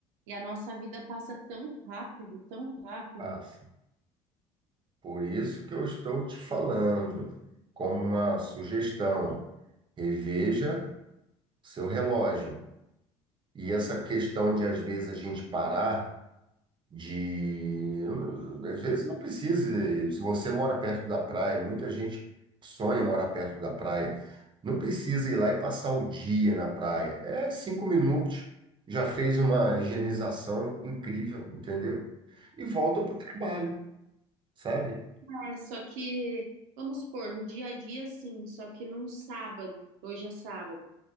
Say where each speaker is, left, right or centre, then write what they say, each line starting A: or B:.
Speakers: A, on the right; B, on the right.
A: E a nossa vida passa tão rápido, tão rápido.
B: Passa. Por isso que eu estou te falando, como uma sugestão, reveja seu relógio. E essa questão de, às vezes, a gente parar. de às vezes não precisa se você mora perto da praia muita gente sonha morar perto da praia não precisa ir lá e passar o dia na praia é cinco minutos já fez uma higienização incrível entendeu e volta para o trabalho sabe
A: É, só que, vamos supor, no dia a dia, sim, só que num sábado, hoje é sábado.